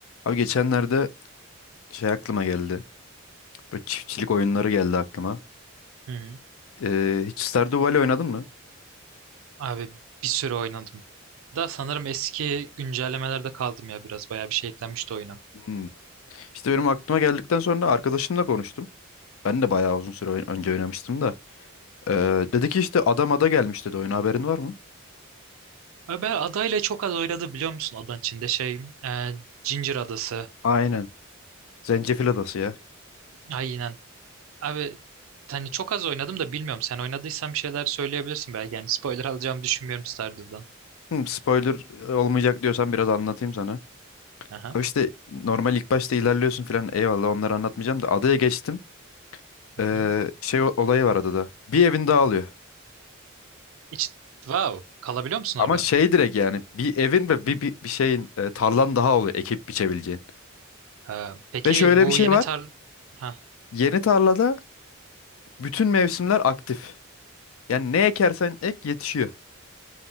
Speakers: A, on the left; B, on the right.
A: Abi geçenlerde şey aklıma geldi. Böyle çiftçilik oyunları geldi aklıma.
B: Hı hı.
A: Ee, hiç Stardew Valley oynadın mı?
B: Abi bir süre oynadım. Da sanırım eski güncellemelerde kaldım ya biraz. Bayağı bir şey eklenmişti oyuna.
A: Hmm. İşte benim aklıma geldikten sonra arkadaşımla konuştum. Ben de bayağı uzun süre oyn- önce oynamıştım da. Ee, dedi ki işte adam ada gelmiş dedi oyuna haberin var mı?
B: Abi ben adayla çok az oynadı biliyor musun? Adanın içinde şey e, Ginger Adası.
A: Aynen. Zencefil adası ya.
B: Aynen. Abi hani çok az oynadım da bilmiyorum. Sen oynadıysan bir şeyler söyleyebilirsin belki. Yani spoiler alacağımı düşünmüyorum Stardew'dan.
A: Hmm, spoiler e, olmayacak diyorsan biraz anlatayım sana.
B: Aha.
A: Abi işte normal ilk başta ilerliyorsun filan eyvallah onları anlatmayacağım da adaya geçtim.
B: Hı
A: Ee,
B: hı.
A: şey o- olayı var adada. Bir evin dağılıyor.
B: Hiç, wow. Kalabiliyor musun
A: Ama
B: orada?
A: şey direkt yani bir evin ve bir, bir, bir şeyin e, tarlan daha oluyor ekip biçebileceğin.
B: Ha, peki
A: Ve şöyle
B: bu
A: bir şey
B: yeni
A: var.
B: tar... Ha,
A: Yeni tarlada bütün mevsimler aktif. Yani ne ekersen ek yetişiyor.